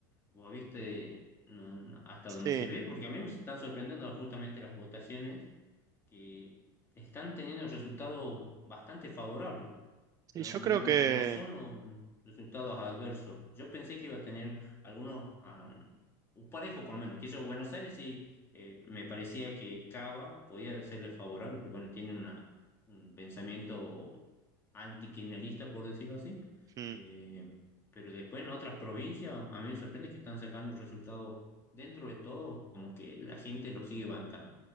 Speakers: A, on the left; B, on the right.
A: Vos viste no, no, hasta
B: Sí,
A: donde se ve, porque a mí me están sorprendiendo justamente las votaciones que están teniendo resultados bastante favorables.
B: sí,
A: No,
B: yo
A: no,
B: creo que
A: no son um, resultados adversos. Yo pensé que iba a tener algunos, ah, un parejo por lo menos, que eso Buenos Aires sí eh, me parecía que Cava podía serle favorable, porque bueno, tienen una- un pensamiento antikirchnerista, por decirlo así.
B: mm,
A: Eh, pero después en otras provincias, a mí me sorprende que están sacando resultados dentro de todo, como que la gente lo sigue bancando.